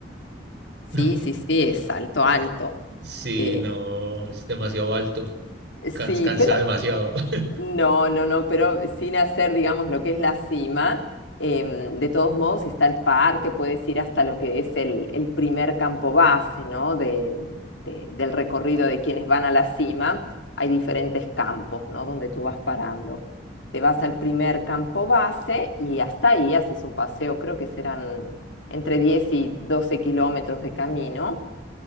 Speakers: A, on the left (about 85°); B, on the right (about 65°).
A: Sí,
B: no.
A: sí, sí, es alto, alto.
B: Sí,
A: Eh,
B: no, es demasiado alto.
A: sí,
B: Cans- cansa
A: pero
B: demasiado. <laughs>
A: No, no, no, pero sin hacer, digamos, lo que es la cima, em, de todos modos está el parque, puedes ir hasta lo que es el, el primer campo base, ¿no? De, de- del recorrido de quienes van a la cima. Hay diferentes campos, ¿no? Donde tú vas parando. Te vas al primer campo base y hasta ahí haces un paseo, creo que serán entre 10 y 12 kilómetros de camino.